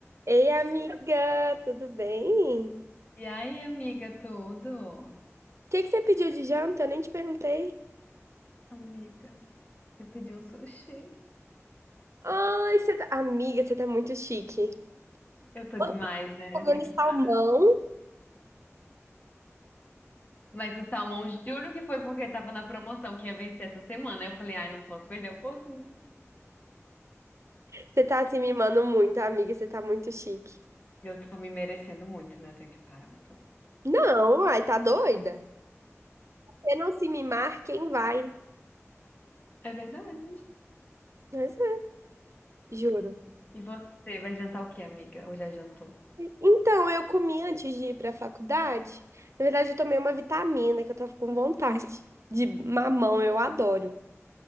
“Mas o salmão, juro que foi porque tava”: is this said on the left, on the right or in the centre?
Left